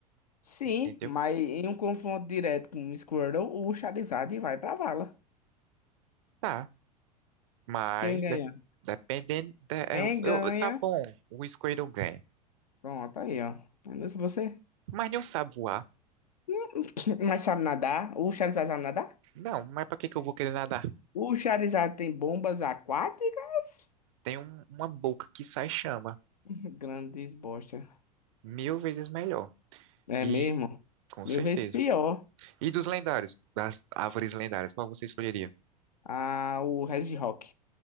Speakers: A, on the left; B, on the right.
A: Sim,
B: Entendeu?
A: mas em um confronto direto com o Squirtle, o Charizard vai pra vala.
B: Tá. Mas
A: Quem ganha?
B: de- dependendo. de- é,
A: Quem
B: eu-
A: ganha?
B: eu- tá bom, o Squirtle ganha.
A: Pronto, aí, ó. Mas você... <coughs>
B: Mas não sabe voar.
A: Hum, <tsk> Mas sabe nadar? O Charizard sabe nadar?
B: Não, mas pra que que eu vou querer nadar?
A: O Charizard tem bombas aquáticas?
B: Tem um- uma boca que sai chama.
A: <laughs> Grandes bosta.
B: Mil vezes melhor.
A: É
B: E
A: mesmo?
B: com
A: Mil
B: certeza.
A: vezes pior.
B: E dos lendários? Das árvores lendárias, qual você escolheria?
A: Ah, o Red Rock.